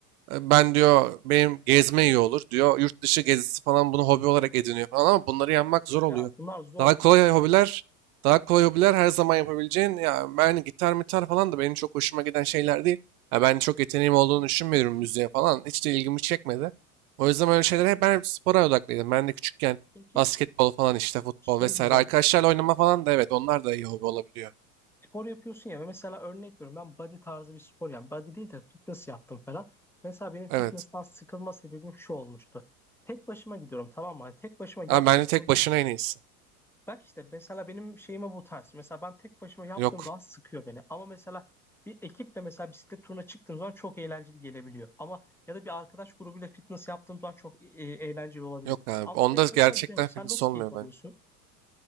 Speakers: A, on the right (about 75°); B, in the centre.
A: E, Ben diyor benim gezme iyi olur diyor. Yurt dışı gezisi falan bunu hobi olarak ediniyor falan ama bunları yapmak zor oluyor.
B: Ya bunlar zor.
A: Daha kolay hobiler, daha kolay hobiler her zaman yapabileceğin ya ben gitar mitar falan da benim çok hoşuma giden şeyler değil. Ya ben çok yeteneğim olduğunu düşünmüyorum müziğe falan. Hiç de ilgimi çekmedi. O yüzden öyle şeylere hep ben hep spora odaklıydım. Ben de küçükken
B: Peki
A: basketbol falan işte futbol
B: şey
A: vesaire.
B: diyeceğim.
A: Arkadaşlarla oynama falan da evet onlar da iyi hobi olabiliyor.
B: spor yapıyorsun ya ve mesela örnek veriyorum ben body tarzı bir spor yani body değil de fitness yaptım falan. Mesela benim fitness'tan
A: Evet.
B: sıkılma sebebim şu olmuştu. Tek başıma gidiyorum tamam mı? Hani tek başıma yaptığım
A: Ama bence tek
B: zaman
A: başına en iyisi.
B: bak işte mesela benim şeyime bu tarz. Mesela ben tek başıma yaptığım
A: Yok.
B: zaman sıkıyor beni. Ama mesela bir ekiple mesela bisiklet turuna çıktığım zaman çok eğlenceli gelebiliyor. Ama ya da bir arkadaş grubuyla fitness yaptığım zaman çok e- e, eğlenceli olabiliyor.
A: Yok abi.
B: Ama
A: Onda
B: tek başıma
A: gerçekten
B: gidemiyorum. Sen
A: fitness
B: nasıl
A: olmuyor
B: keyif alıyorsun?
A: bence.